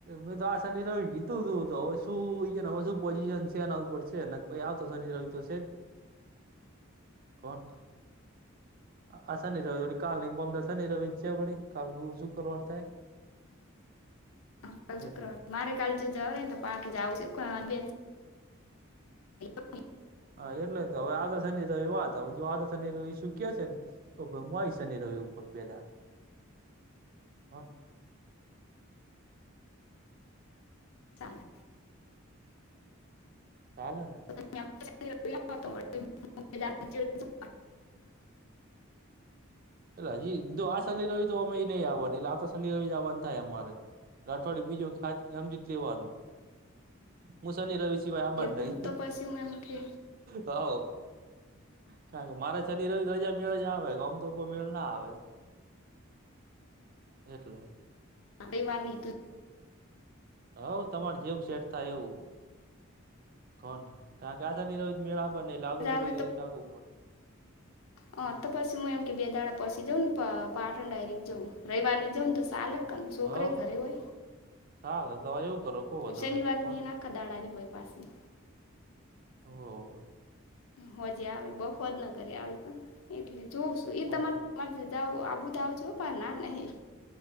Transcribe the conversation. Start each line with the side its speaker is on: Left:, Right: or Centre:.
Right: મેં તો આ શનિ રવિ કીધું તું તો હવે શું ઈર રહ્યા ન શું પોઝિશન શેન આવું પડશે પહી આવતો શનિ રવિ તો છે જ. કોક. આ શનિ રવિ વળી કાલ નઈ ન પરમ દાળ શનિ રવિ છે જ કાલ ગુરુ શુક્રવાર થાય.
Left: હ કાલ શુક્રવાર.
Right: એટલે
Left: મારે કાલે જો જવારાને તો પાક જાઉ છે કોણ અણબી <inaudible>
Right: હા એટલે જ ને અવે આવતા શનિ રવિ વાત જો આવતો શનિ રવિ શું કે છે ઓ ભઈ મુ આઈસ શનિ રવિઉપર બે દાડ હો.
Left: ચાલે.
Right: ચાલેને?
Left: તમે આવતા શનિ રવિ આવોન તો <inaudible>
Right: એટલે હજી ઈક દો આ શનિ રવિ તો ઓમેય નહીં આવાની એટલે આવતા શનિ રવિ જ આવાન થાય અમારે. રાઠોડ ડુબી જવ થાત હમજી જ લેવાનું. હું શનિ રવિ સિવાય આવાન નહીં.
Left: બેન તો પછી હું એમ કે
Right: હા કારણ કે મારે શનિ રવિ રજા મેળે જ આવે ઓમ તો કોઈ મેળ ના આવે એટલે.
Left: રઈવારની તું
Right: હવ તમાર જેમ સેટ થાય એવું કોન તાર. કે આ શનિ રવિ મેળ આ બને એટલે આવતા
Left: જવાનું
Right: શનિ રવિ રાખવું પડે.
Left: હ
Right: હમ
Left: તો પછી હું એમ કે બેદાણા પછી જઉં પ પાટણ ડાયરીક જઉ રવિવાર ની જઉ ને તો સાલેક કર ને છોકરાએ
Right: હવ
Left: ઘરે હોય
Right: ચાલે તમારે એવું કરો કો વાંધો
Left: શનિવારે
Right: નહી કોણ
Left: દી એ આખા દાડાની હોય પાછી
Right: હો
Left: હોજી આવી બપોર ઘરી આવી પણ એટલે જોઉં છું એ તમારે
Right: ઓહો
Left: તમારે જાઉં આબુ જ હોય આવજો પણ ના નહી